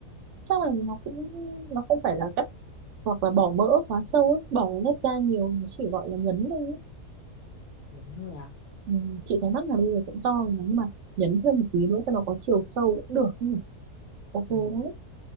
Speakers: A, on the right (about 60°); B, on the left (about 55°).
A: chắc là nó cũng nó không phải là cắt hoặc là bỏ mỡ quá sâu ấy bỏ lớp da nhiều nó chỉ gọi là nhấn thôi ấy.
B: đúng thôi à
A: ừ, chị thấy mắt là bây giờ cũng to rồi mà nhưng mà nhấn thêm một tí nữa cho nó có chiều sâu cũng được nhỉ. ok
B: ừ.
A: đấy